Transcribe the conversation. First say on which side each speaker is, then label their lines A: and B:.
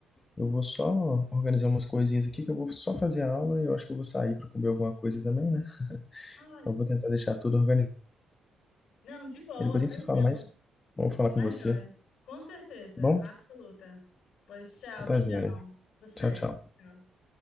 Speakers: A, on the left (about 25°); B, on the left (about 70°).
A: Eu vou só organizar umas coisinhas aqui, que eu vou só fazer a aula e eu acho que eu vou sair para comer alguma coisa também, né?
B: Ai,
A: Então eu vou tentar deixar tudo organizado.
B: não, de boa,
A: Aí depois
B: tranquilo.
A: a gente se fala mais. Vamos falar com
B: Tá
A: você,
B: joia. Com certeza,
A: tá bom?
B: absoluta. Pois tchau,
A: Tá
B: beijão.
A: joia.
B: Sucesso.
A: Tchau, tchau.
B: Tchau.